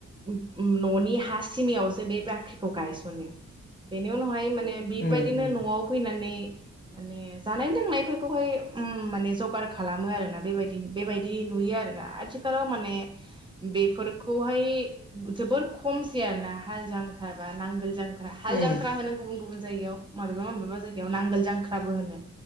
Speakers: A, on the right; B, on the left.
A: ओम न'नि नि हा सिमायाव जे बे बाख्रिखौ गायसनो बेनि उनावहाय माने बिबायदिनो
B: उम उम
A: न'आव फैनानै माने जानाय लोंनायफोरखौहाय ओम माने जगार खालामो आरोना बेबायदिनो बेबायदि नुयो आरोना आथिखालाव माने बेफोरखौहाय जोबोर खमसै आरोना हाजिरा ओंखारबा नांग हाल जांख्रा हाल
B: उम
A: जांख्रा होनो गुबुन गुबुन जायगायाव माबेबा माबेबा जायगायाव नांगोल जांख्राबो होनो